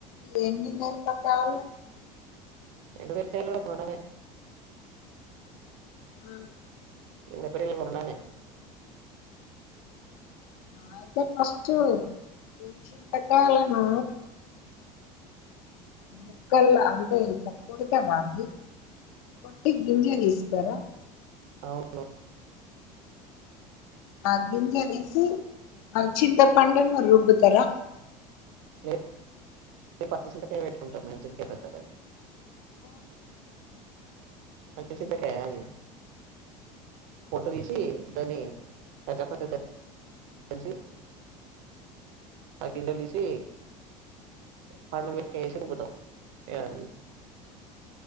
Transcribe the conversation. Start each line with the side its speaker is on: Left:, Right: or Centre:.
Left: ఏం తిన్నారు పక్క వాళ్ళు
Right: ఎటు వెళ్లి పోయిఇల్లు మొన్ననే
Left: ఆ,
Right: ఇప్పుడు ఎప్పటి ఏల్లు మొన్ననే
Left: ఆ అయితే ఫస్ట్ ఈ చింతకాయలను ముక్కల అంటే ఇట్లా కొడుతారండి కొట్టి గింజా తీస్తారా
Right: అవును
Left: ఆ గింజ తీసి ఆ చింతపండును రుబ్బుతారా
Right: లేదు మేము పచ్చి చింతకాయ పెట్టుకుంటాం మేము చింతకాయ పచ్చడ
Left: ఆ!
Right: పచ్చి చింతకాయ అండి పొట్టు తీసి దాన్ని కచ్చ పిచ్చ దంచి దంచి ఆ గింజలు తీసి పండు మిరపకాయ వేసి రుబ్బుతాం ఇగ అది